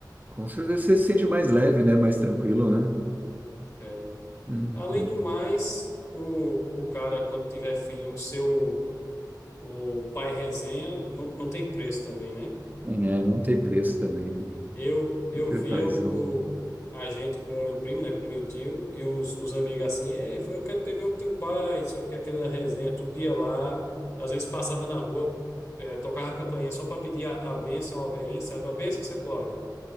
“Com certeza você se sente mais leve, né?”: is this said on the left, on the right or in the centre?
Right